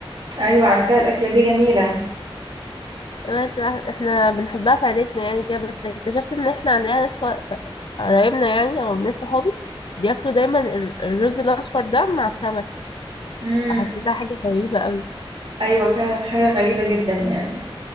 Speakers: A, on the right; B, on the left.
A: ايوه عارفاها الاكله دي جميله
B: بس إح- احنا بنحبها في عيلتنا يعني كده بس اكتشفت ان احنا عندنا ناس ف- ف- قرايبنا يعني او ناس صحابي بياكلوا دايما ال- الرز الاصفر ده مع السمك
A: مم.
B: فحسيتها حاجه غريبه قوي
A: ايوه فعلا حاجه غريبه جدا يعني